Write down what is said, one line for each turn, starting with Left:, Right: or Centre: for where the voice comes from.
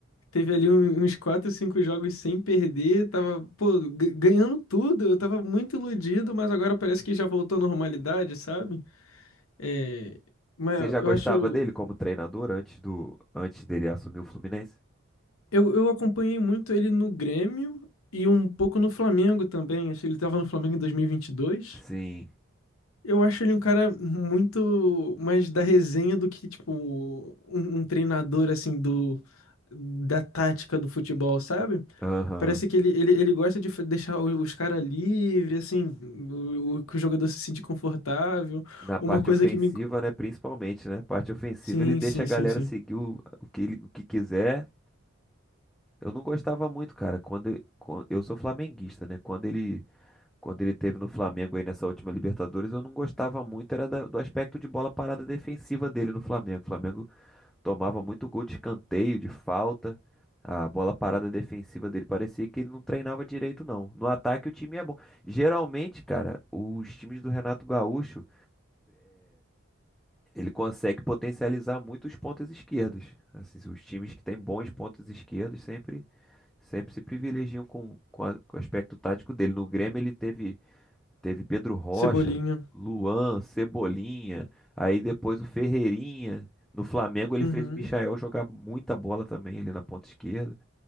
Left: Teve ali um- uns 4 5 jogos sem perder. Tava, pô, g- ganhando tudo. Eu tava muito iludido, mas agora parece que já voltou à normalidade, sabe? É, mas
Centre: Você
Left: eu
Centre: já gostava
Left: acho.
Centre: dele como treinador antes do, antes dele assumir o Fluminense?
Left: Eu, eu acompanhei muito ele no Grêmio e um pouco no Flamengo também. Acho que ele tava no Flamengo em dois mil e e vinte e dois
Centre: Sim.
Left: Eu acho ele um cara muito mais da resenha do que, tipo, um, um treinador, assim, do, da tática do futebol, sabe?
Centre: Aham.
Left: Parece que ele, ele, ele gosta de fa- deixar o- os caras livres, assim, o, o- que o jogador se sente confortável.
Centre: Na parte
Left: Uma coisa
Centre: ofensiva,
Left: que me...
Centre: né? Principalmente, né? Parte ofensiva,
Left: Sim,
Centre: ele deixa
Left: sim,
Centre: a galera
Left: sim, sim.
Centre: seguir o, o que, ele- o que quiser. Eu não gostava muito, cara. Quando, quando eu sou flamenguista, né? Quando ele, quando ele teve no Flamengo aí nessa última Libertadores, eu não gostava muito, era da- do aspecto de bola parada defensiva dele no Flamengo. O Flamengo tomava muito gol de escanteio, de falta. A bola parada defensiva dele parecia que ele não treinava direito, não. No ataque, o time é bom. Geralmente, cara, os times do Renato Gaúcho. Ele consegue potencializar muito os pontas esquerdas. Assim, os times que têm bons pontas esquerdas sempre, sempre se privilegiam com, com, a- com o aspecto tático dele. No Grêmio ele teve, teve Pedro Rocha,
Left: Cebolinha.
Centre: Luan, Cebolinha, aí depois o Ferreirinha. No Flamengo ele
Left: Uhum.
Centre: fez o Michael jogar muita bola também ali na ponta esquerda.